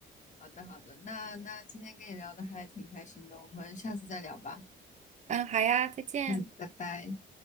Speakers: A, on the left; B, on the right.
A: 好的，好的，那那今天跟你聊的还挺开心的，我们下次再聊吧。
B: 嗯，好呀，再见。
A: 嗯，拜拜。